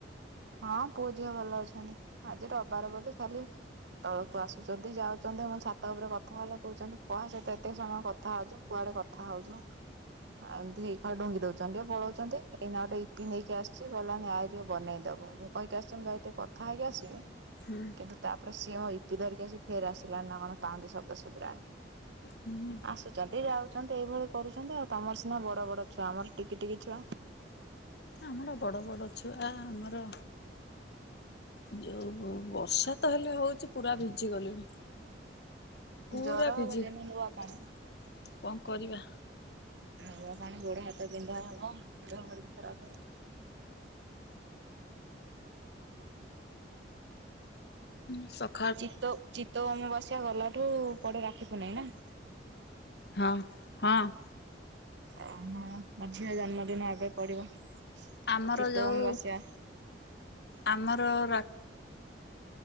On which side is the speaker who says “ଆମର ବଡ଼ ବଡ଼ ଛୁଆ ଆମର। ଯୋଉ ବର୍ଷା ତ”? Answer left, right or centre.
Left